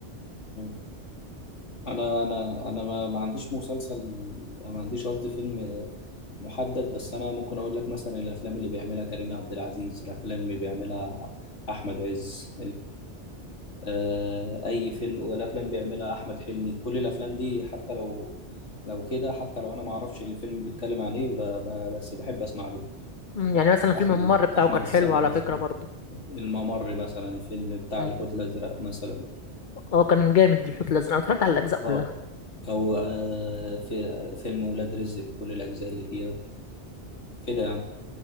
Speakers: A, on the left; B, on the left.
A: مم. أنا أنا أنا ما, ما عنديش مسلسل ما عنديش قصدي فيلم محدد بس أنا ممكن أقول لك مثلا الأفلام اللي بيعملها كريم عبد العزيز الأفلام اللي بيعملها أحمد عز آه، اي فيلم والافلام بيعملها احمد حلمي كل الافلام دي حتى لو لو كده حتى لو انا ما اعرفش الفيلم بيتكلم عن ايه ب- ب- بس بحب اسمع له
B: مم، يعني مثلا فيلم
A: احمد
B: الممر بتاعه
A: احمد
B: كان
A: السقا
B: حلو على
A: مثلا
B: فكرة برضه
A: الممر مثلا فيلم بتاع
B: مم.
A: الحوت الازرق مثلا
B: اه كان جامد الحوت الازرق انا اتفرجت على الاجزاء كلها
A: اه او آه، في فيلم ولاد رزق بكل الاجزاء اللي فيها كده يعني